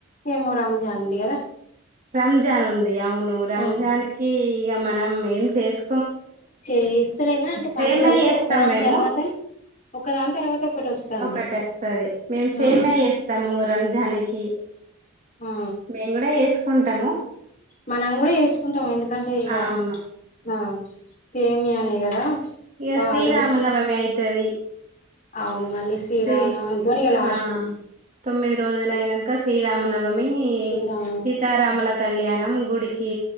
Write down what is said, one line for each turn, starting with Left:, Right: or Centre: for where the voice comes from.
Left: ఏమో రంజాన్ ఉంది కదా
Right: రంజాన్ ఉంది అవును రంజాన్
Left: ఆ
Right: కి ఇగా మనం ఏం చేస్
Left: చే ఇస్తలేంగా అంటే
Right: సేమ్యా
Left: పండుగలు
Right: చేస్తాం
Left: ఒక్కదాని
Right: మేము
Left: తర్వాత ఒకదాని తర్వాత ఒకటి వస్తాంది
Right: ఒకటి అస్తది మేము సేమియా
Left: ఆ
Right: చేస్తాము రంజాని కి
Left: ఆ
Right: మేము కూడా చేసుకుం టాము
Left: మనం కూడా ఎసుకుంటాం ఎందుకంటే ఇగ
Right: అవును
Left: ఆ సేమియానే కదా
Right: ఇగ
Left: పాలు
Right: శ్రీరామ నవమి అయితది
Left: అవును మళ్ళీ శ్రీరామనవమితోని
Right: శ్రీ
Left: ఇగ లాస్ట్
Right: ఆ తొమ్మిది రోజులుయినంక శ్రీరామనవమి
Left: శ్రీరామనవమి
Right: సీతారాముల కళ్యాణం గుడికి